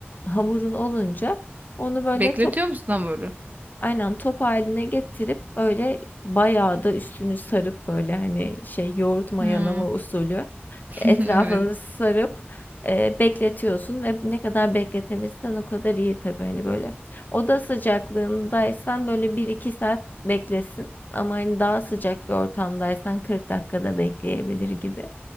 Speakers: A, on the left; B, on the right.
A: hamurun olunca onu böyle
B: Bekletiyor
A: top
B: musun hamuru?
A: aynen top haline getirip böyle bayağı da üstünü sarıp böyle hani şey yoğurt mayalama
B: Hmm.
A: usulü
B: <laughs>
A: etrafını
B: Evet.
A: sarıp e, bekletiyorsun ve ne kadar bekletebilirsen o kadar iyi tabii hani böyle oda sıcaklığındaysan böyle bir iki saat beklesin ama hani daha sıcak bir ortamdaysan 40 dakikada bekleyebilir gibi